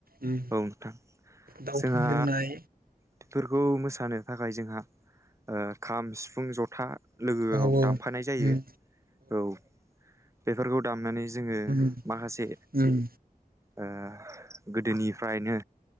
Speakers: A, on the right; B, on the right.
A: उम
B: औ नोंथां।
A: दाउ
B: जोंहा
A: थै लोंनाय
B: बेफोरखौ मोसानो थाखाय जोंहा ओ खाम सिफुं जथा लोगोआव
A: औ
B: दामफानाय जायो
A: उम
B: औ। बेफोरखौ दामनानै जोङो
A: उम
B: माखासे
A: उम
B: ओ गोदोनि फ्रायनो